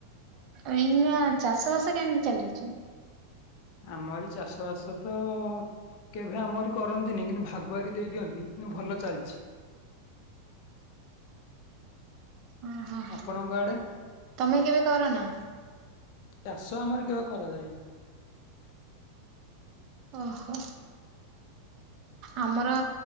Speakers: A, on the right (about 35°); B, on the left (about 45°).
A: ଏଇ ଚାଷ ବାସ କେମିତି ଚାଲିଛି
B: ଆମରି ଚାଷ ବାସ ତ କେବେ ଆମରି କରନ୍ତିନି କିନ୍ତୁ ଭାଗୁଆରୀ ଦେଇ ଦିଅନ୍ତି କିନ୍ତୁ ଭଲ ଚାଲିଛି
A: ଓହୋ
B: ଆପଣଙ୍କ ଆଡ଼େ
A: ତମେ କେବେ କର ନା
B: ଚାଷ ଆମର କେବେ କରାଯାଏନି
A: ଓହୋ ଆମର